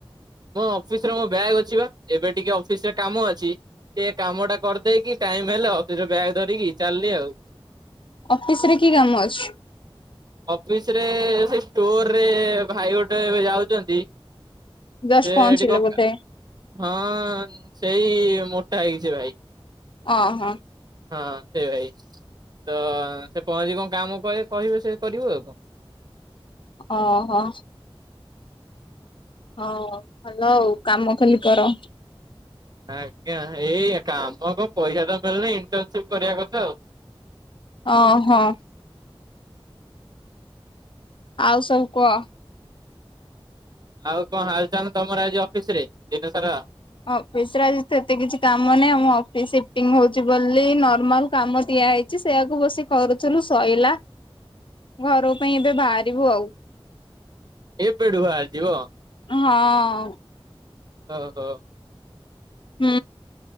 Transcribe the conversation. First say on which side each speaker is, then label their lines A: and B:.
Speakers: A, on the right; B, on the left.
A: ମୋ ଅଫିସ୍ ରେ ମୋ ବ୍ୟାଗ୍ ଅଛି ବା ଏବେ ଟିକେ ଅଫିସ୍ ରେ କାମ ଅଛି। ସେ କାମ ଟା କରିଦେଇକି ଟାଇମ୍ ହେଲେ ଅଫିସ୍ ରୁ ବ୍ୟାଗ ଧରିକି ଚାଲିଲି ଆଉ।
B: ଅଫିସ୍ ରେ କି କାମ ଅଛି?
A: ଅଫିସ୍ ରେ ସେ ଷ୍ଟୋରରେ ଭାଇ ଗୋଟେ ଏବେ ଯାଉଛନ୍ତି-
B: ଜଷ୍ଟ
A: ସେ
B: ପହଞ୍ଚିଲେ
A: ଏଠି କ
B: ବୋଧେ
A: ହଁ ସେଇ ମୋଟା ହେଇକି ସେ ଭାଇ।
B: ଓ ହଁ
A: ହଁ ସେଇ ଭାଇ ତ ସେ ପହଞ୍ଚି କଣ କାମ କହି କହିବେ ସେ କରିବୁ ଆଉ।
B: ଓହୋ ହଁ ଭଲ ଆଉ କାମ ଖାଲି କର।
A: ଆଜ୍ଞା ଏଇ କାମ କ ପଇସା ତ ମିଳୁନି ଇଣ୍ଟର୍ନସିପ୍ କରିବା କଥା ଆଉ।
B: ଓହୋ ଆଉ ସବୁ କୁହ!
A: ଆଉ କଣ ହାଲ୍ ଚାଲ୍ ତମର ଆଜି ଅଫିସ୍ ରେ ଦିନ ସାରା!
B: ଅଫିସ୍ ରେ ଆଜି ସେତେ କିଛି କାମ ନାହିଁ ଆମ ଅଫିସ୍ ସିଫ୍ଟିଂ ହଉଛି ବୋଲି ନର୍ମାଲ କାମ ଦିଆ ହେଇ। ଛି ସେଆକୁ ବସି କରୁଥିଲୁ ଶୋଇଲା- ଘର ପାଇଁ ଏବେ ବାହାରିବୁ ଆଉ।
A: ଏବେଠୁ ବାହାରିଯିବ!
B: ହଁ।
A: ଓ ହୋ।
B: ହୁଁ।